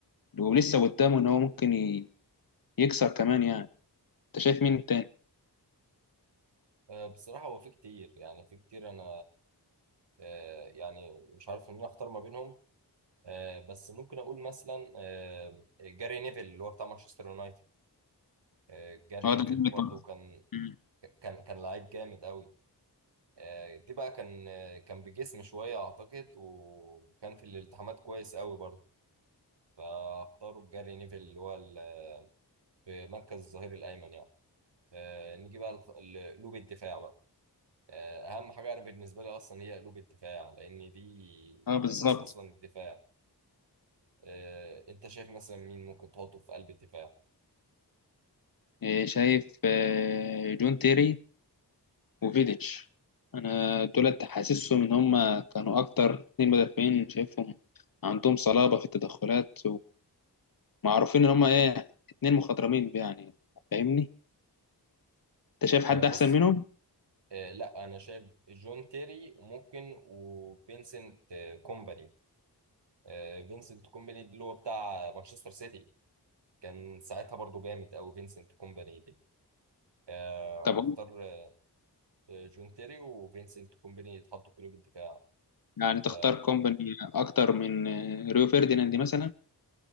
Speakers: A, on the left; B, on the right.
A: ولسه قدامه إن هو ممكن ي- يكسر كمان يعني أنت شايف مين تاني؟
B: آه بصراحة هو في كتير يعني في كتير انا آه يعني مش عارف ان انا اختار ما بينهم آه بس ممكن اقول مثلا آه جاري نيفل اللي هو بتاع مانشستر يونايتد آه جاري
A: اه
B: نيفل
A: ده جامد
B: ده برضه
A: برضه
B: كان
A: مم.
B: كان كان لعيب جامد قوي آه، دي بقى كان آه، كان بجسم شوية أعتقد وكان في الالتحامات كويس قوي برضه فاختاروا بجاري نيفل اللي هو ال- في مركز الظهير الأيمن يعني آه، نيجي بقى لخ- ل- لقلوب الدفاع بقى آه، أهم حاجة أنا بالنسبة لي أصلا هي قلوب الدفاع لأن دي
A: اه بالظبط
B: أساس أصلا الدفاع آه، أنت شايف مثلا مين ممكن تحطه في قلب الدفاع
A: آه، شايف آه، جون تيري وفيديتش أنا دولت حاسسهم إن هما كانوا أكتر اتنين مدافعين شايفهم عندهم صلابة في التدخلات ومعروفين إن هما إيه اتنين مخضرمين يعني فاهمني؟ أنت شايف حد
B: آه، بص
A: أحسن منهم؟
B: آه، لا أنا شايف جون تيري ممكن وفينسنت آه، كومباني آه، فينسنت كومباني اللي هو بتاع مانشستر سيتي كان ساعتها برضو جامد أوي فينسنت كومباني دي آه،
A: طب
B: هختار آه، جون تيري وفينسنت كومباني يتحطوا في قلوب الدفاع
A: يعني تختار
B: آه،
A: كومباني اكتر من آه، ريو فerdinand مثلا